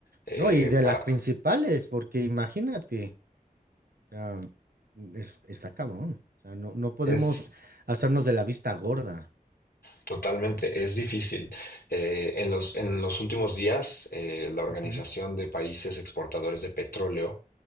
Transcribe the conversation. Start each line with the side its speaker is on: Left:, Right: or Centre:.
Left: eh,
Right: No, y de
Left: para,
Right: las principales, porque imagínate. O sea, es, está cabrón. O sea, no, no podemos
Left: es
Right: hacernos de la vista gorda.
Left: Totalmente, es difícil. Eh, en los, en los últimos días, eh, la Organización
Right: Ujú,
Left: de Países Exportadores de Petróleo,